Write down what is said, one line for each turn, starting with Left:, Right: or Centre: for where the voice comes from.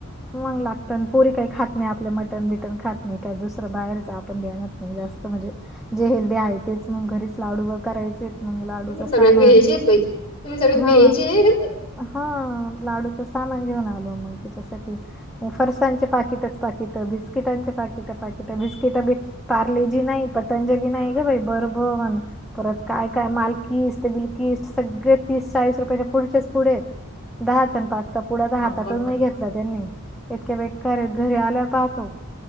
Centre: मग लागत पोरी काही खात नाही आपलं मटन बिटन खात नाही का दुसरं बाहेर जावू ण नाही जास्त म्हणजे जे हेल्दी आहे तेच मग घरीच लाडू वैगैरे करायचे. मग लाडूच
Left: तुम्ही सगळे
Centre: सामान
Left: व्हेज आहेत बाई तुम्ही सगळे
Centre: हा
Left: व्हेज आहेत
Centre: हा लाडूचं सामान घेऊन आलो मग तिच्यासाठी. ग फरसांणचे पाकिटच पाकिट बिस्किटांचे पाकिट पाकिट बिस्किट बी पार्लेजी नाही पतंजली नाही ग बाई बर बण परत काय काय माल किड्स बिलकिस् सगळे तीस चाळीस रुपयाच्या पुढच्या पुढे दहाच आणि पाचचा पुढ तर हाताततच
Left: बघ
Centre: नाही घेतल यांनी इतके बेकार आहे घरी घरी आल्यावर पाहतो